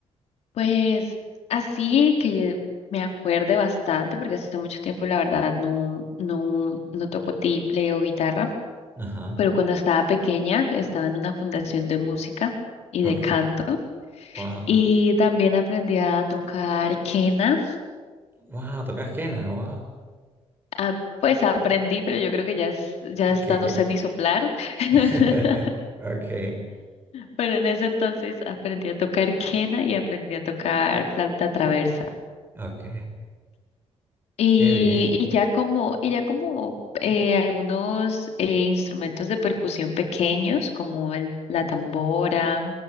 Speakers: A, on the left; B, on the right.
A: Pues así que me acuerde bastante, porque hace mucho tiempo la verdad no, no, no toco tiple o guitarra.
B: Ajá.
A: pero cuando estaba pequeña estaba en una fundación de música y
B: Ok.
A: de canto
B: Wow.
A: y también aprendí a tocar quena.
B: Wow, tocas quena, wow.
A: Ah, pues aprendí, pero yo creo que ya, es- ya hasta
B: Que,
A: no
B: que...
A: sé ni soplar. <laughs>
B: <laughs> Ok.
A: Pero en ese entonces aprendí a tocar quena y aprendí a tocar flauta traversa.
B: Ok.
A: Y,
B: Qué bien.
A: y ya como, y ya como eh, algunos eh, instrumentos de percusión pequeños, como el- la tambora,